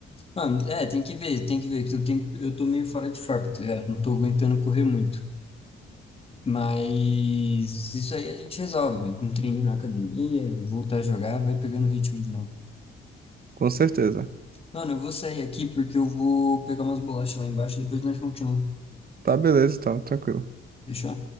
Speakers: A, on the left; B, on the right.
A: Mano, é, tem que ver, tem que ver, que eu, tenho, eu tô meio fora de forma, tá ligado? Não tô aguentando correr muito. Mas isso aí a gente resolve. Um treininho na academia, voltar a jogar, vai pegando o ritmo de novo.
B: Com certeza.
A: Mano, eu vou sair aqui porque eu vou pegar umas bolachas lá embaixo e depois nós continuamos.
B: Tá, beleza, então, tranquilo.
A: Fechou?